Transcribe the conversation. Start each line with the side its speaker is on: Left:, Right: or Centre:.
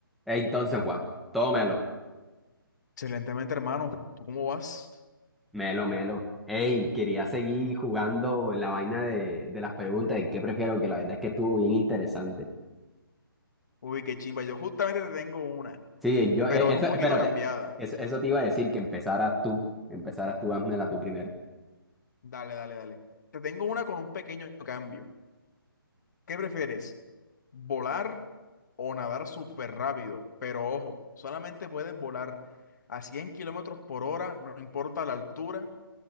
Centre: Ey, entonces, Juan, tómelo,
Left: Excelentemente, hermano. ¿Tú cómo vas?
Centre: melo, melo. Ey, quería seguir jugando la vaina de, de las preguntas de qué prefiero, que la verdad es que estuvo bien interesante.
Left: Uy, qué chimba. Yo justamente te tengo una,
Centre: Sí, yo,
Left: pero
Centre: eh,
Left: es
Centre: eso,
Left: un poquito
Centre: espérate,
Left: cambiada.
Centre: eso, eso te iba a decir, que empezaras tú, empezaras tú, házmela tú primero.
Left: Dale, dale, dale. Te tengo una con un pequeño cambio. ¿Qué prefieres? ¿Volar o nadar súper rápido? Pero ojo, solamente puedes volar a 100 kilómetros por hora, no importa la altura.